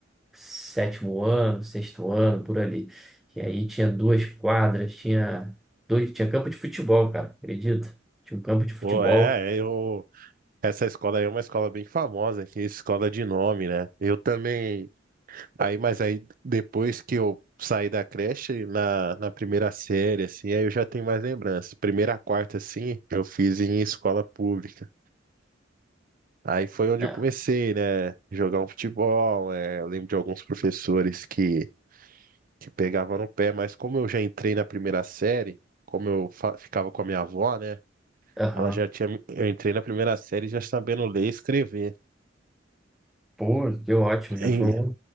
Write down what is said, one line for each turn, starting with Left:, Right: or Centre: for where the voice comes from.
Centre: sétimo ano, sexto ano, por ali. E aí tinha duas quadras, tinha dois, tinha campo de futebol, cara, acredita? Tinha um campo de futebol.
Right: Pô, é, eu. Essa escola aí é uma escola bem famosa aqui, escola de nome, né? Eu também Aí, mas aí depois que eu saí da creche, na, na primeira série, assim, aí eu já tenho mais lembranças. Primeira a quarta, assim, eu fiz em escola pública. Aí foi onde
Centre: É,
Right: eu comecei, né? Jogar um futebol. é, eu lembro de alguns professores que, que pegavam no pé, mas como eu já entrei na primeira série, como eu fa- ficava com a minha avó, né?
Centre: aham.
Right: Ela já tinha. me- Eu entrei na primeira série já sabendo ler e escrever.
Centre: Pô, que ótimo,
Right: E,
Centre: já foi um,